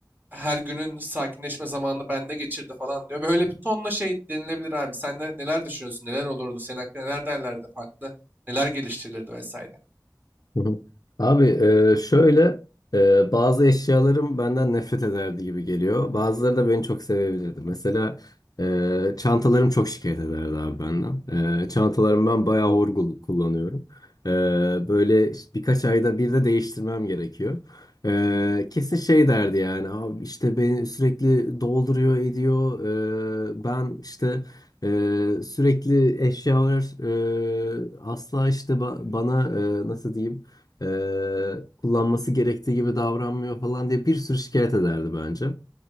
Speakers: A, on the right (about 25°); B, on the left (about 60°).
A: her günün sakinleşme zamanını bende geçirdi falan diyor. Böyle bir tonla şey denilebilir abi. Sen de neler düşünüyorsun? Neler olurdu? Senin hakkında neler derlerdi? Farklı neler geliştirilirdi vesaire.
B: Hı hı. Abi e, şöyle e, bazı eşyalarım benden nefret ederdi gibi geliyor. Bazıları da beni çok sevebilirdi. Mesela e, çantalarım çok şikayet ederdi abi benden. E, çantalarımı ben bayağı hor kul- kullanıyorum. E, böyle işte birkaç ayda bir de değiştirmem gerekiyor. E, kesin şey derdi yani abi işte beni sürekli dolduruyor ediyor. E, ben işte e, sürekli eşyalar e, asla işte ba- bana e, nasıl diyeyim e, kullanması gerektiği gibi davranmıyor falan diye bir sürü şikayet ederdi bence.